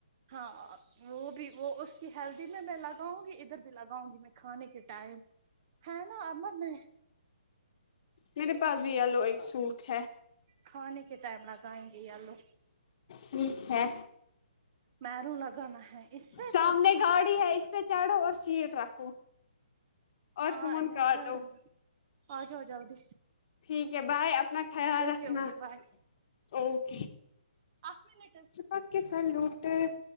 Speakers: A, on the right (about 40°); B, on the left (about 45°).
A: ہاں وہ بھی وہ اس کی ہیلدی میں میں لگاؤں گی ادھر بھی لگاؤں گی میں کھانے کے ٹائم ہاں نا آم میں
B: میرے پاس بھی یلو ایک سوٹ ہے
A: کھانے کے ٹائم لگائیں گے یلو
B: ٹھیک ہے
A: مہروں لگانا ہے اس پہ
B: سامنے
A: تو
B: گاڑی ہے اس پہ چڑھو اور سیٹ رکھو اور
A: ہاں
B: فون
A: میں
B: کاٹو
A: چڑھ رہی ہوں آ جاؤ جلدی
B: ٹھیک ہے بائے اپنا خیال
A: اوکے
B: رکھنا
A: اوکے بائے
B: اوکے
A: آٹھ منٹ
B: چپک کے سالو ٹیپ